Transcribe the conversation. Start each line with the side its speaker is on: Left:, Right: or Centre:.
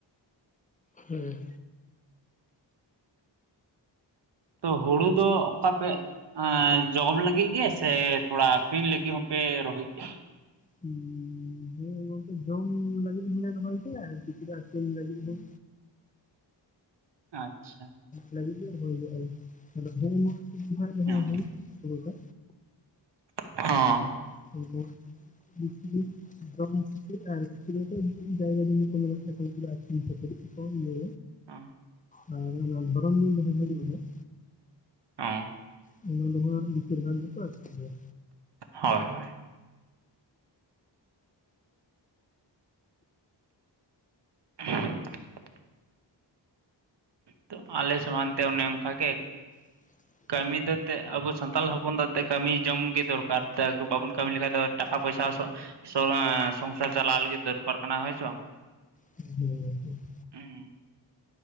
Left: ᱦᱚᱸᱻ
Right: ᱛᱚ ᱦᱩᱲᱩ ᱫᱚ ᱚᱱᱠᱟ ᱯᱮ ᱮᱸᱻ ᱡᱚᱢ ᱞᱟᱹᱜᱤᱫ ᱜᱮ ᱥᱮ ᱛᱷᱚᱲᱟ ᱟᱹᱠᱷᱨᱤᱧ ᱞᱟᱹᱜᱤᱫ ᱦᱚᱸᱯᱮ ᱨᱚᱦᱚᱭ ᱠᱮᱭᱟ
Left: ᱦᱩᱸ ᱦᱮᱸ ᱜᱚᱝᱠᱮ ᱡᱚᱢ ᱞᱟᱹᱜᱤᱫ ᱦᱚᱞᱮ ᱨᱚᱦᱚᱭ ᱜᱮᱭᱟ ᱠᱤᱪᱷᱩ ᱫᱚ ᱟᱹᱠᱷᱨᱤᱧ ᱞᱟᱹᱜᱤᱫ ᱦᱚᱸ
Right: ᱟᱪᱪᱷᱟ
Left: ᱞᱟᱹᱜᱤᱫ ᱜᱮ ᱨᱚᱦᱚᱭ ᱦᱩᱭᱩᱜᱼᱟ᱾ ᱟᱫᱚ ᱱᱚᱜᱼᱚᱭ ᱱᱚᱣᱟ ᱛᱤᱥ ᱠᱷᱚᱱᱟᱜ ᱜᱮ ᱦᱟᱸᱜ
Right: ᱚᱸ᱾
Left: ᱟᱫᱷᱩᱱᱤᱠ ᱦᱩᱲᱩ ᱫᱚ
Right: ᱦᱚᱸᱻ
Left: <unintelligible> ᱟᱫᱚ ᱦᱟᱸᱜ ᱯᱷᱤᱨ ᱟᱨ ᱵᱷᱤᱛᱨᱤ ᱨᱮ ᱡᱟᱭᱜᱟ ᱡᱩᱢᱤ ᱠᱚ ᱢᱮᱱᱟᱜ ᱛᱟᱠᱚᱣᱟ ᱩᱱᱠᱩ ᱫᱚ ᱟᱹᱠᱷᱨᱤᱧᱟ ᱠᱟᱹᱴᱤᱡ ᱠᱚᱢ ᱜᱮ
Right: ᱚᱸ
Left: ᱟᱫᱚ ᱫᱷᱚᱨᱚᱱᱤ <unintelligible>
Right: ᱚᱸᱻ
Left: ᱦᱟᱱᱟ ᱱᱷᱟᱣᱟ ᱵᱤᱪᱟᱹᱨ ᱠᱟᱱ ᱛᱟᱠᱚᱣᱟ ᱥᱮ ᱪᱮᱫ
Right: ᱦᱳᱭ ᱦᱳᱭ <inaudible> ᱛᱚ ᱦᱟᱸᱜ ᱟᱞᱮ ᱥᱚᱢᱟᱱ ᱛᱮ ᱚᱱᱮ ᱚᱱᱠᱟ ᱜᱮ
Left: <inaudible>
Right: ᱠᱟᱹᱢᱤ ᱫᱚ ᱮᱱᱛᱮᱜ ᱟᱵᱚ ᱥᱟᱱᱛᱟᱞ ᱦᱚᱯᱚᱱ ᱫᱚ ᱛᱮᱫ ᱠᱟᱹᱢᱤ ᱡᱚᱝ ᱜᱮ ᱫᱚᱨᱠᱟᱨ ᱛᱮ ᱟᱵᱚ ᱵᱟᱵᱚᱱ ᱠᱟᱹᱢᱤ ᱞᱮᱠᱷᱟᱡ ᱫᱚ ᱴᱟᱠᱟ ᱯᱚᱭᱥᱟ ᱦᱚᱸᱥᱚᱜ ᱥᱚᱨᱟ ᱥᱚᱝᱥᱟᱨ ᱪᱟᱞᱟᱣ ᱞᱟᱹᱜᱤᱫ ᱫᱚᱨᱠᱟᱨ ᱠᱟᱱᱟ ᱦᱳᱭ ᱥᱮ ᱵᱟᱝ
Left: ᱦᱮᱸ <inaudible>
Right: ᱩᱸ᱾